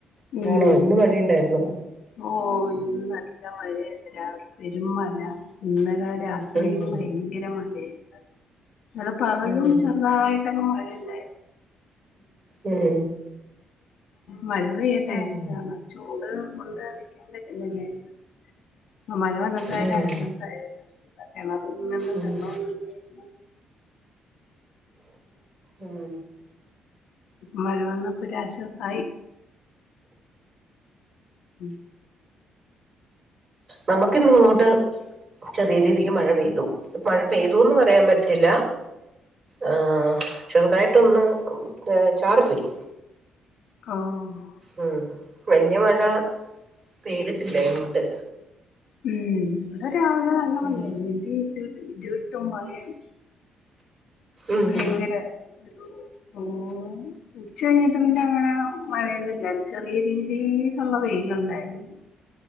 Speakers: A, on the left; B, on the right.
A: ഉം
B: ആണോ ഇന്ന് മഴയുണ്ടായിരുന്നോ
A: ഓ ഇന്ന് നല്ല മഴയായിരുന്നു രാവിലെ പെരുമഴ ഇന്നലെ രാത്രിയും
B: ഉം
A: ഭയങ്കര മഴയാരുന്നു ചില പകലും
B: ഉം
A: ചെറുതായിട്ടൊക്കെ മഴയല്ല
B: ഉം
A: മഴ പെയ്യട്ടെ
B: ഉം
A: ചൂട് കൊണ്ട് നിക്കാൻ പറ്റുന്നില്ലേന്ന് <unintelligible> മഴ വന്നപ്പോ
B: ഉം
A: ഒരു ആശ്വാസ ആയെന്ന് േണന്ന്
B: ഉം
A: വരണ <unintelligible>
B: ഉം
A: മഴ വന്നപ്പൊരാശ്വാസായി ഉം
B: നമക്കിന്ന് ഇങ്ങോട്ട് ചെറിയ രീതിക്ക് മഴ പെയ്തു മഴ പെയ്തൂന്ന് പറയാൻ പറ്റില്ല ആ ചെറുതായിട്ടൊന്ന് ചാറി പോയി
A: ആഹ
B: ഉം വലിയ മഴ പെയ്തിട്ടില്ല ഇങ്ങോട്ട്
A: ഉം ഇവിടെ രാവിലെ നല്ല
B: ഉം
A: മഴയാണ് ഇടി ഇടിവെട്ടും മഴയും
B: ഉം
A: ഭയങ്കര ഒരു ഓ ഉച്ച കഴിഞ്ഞിട്ട് പിന്നെ അങ്ങന മഴയൊന്നുമില്ലാരുന്നു ചെറിയ രീതിയില് ഉള്ള വെയിലുണ്ടായിരുന്നു